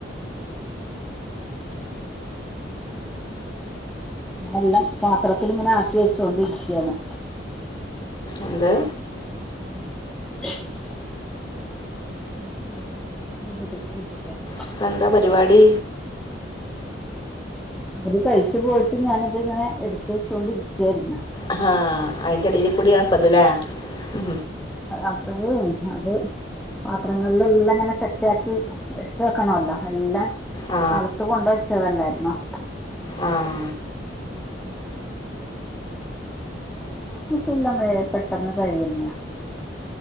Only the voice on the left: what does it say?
എന്ത്
ഇപ്പ എന്താ പരിപാടി
ആഹ അയിന്റെടയില് കൂടിയണപ്പതിലേ ഉ
ആ
ആഹ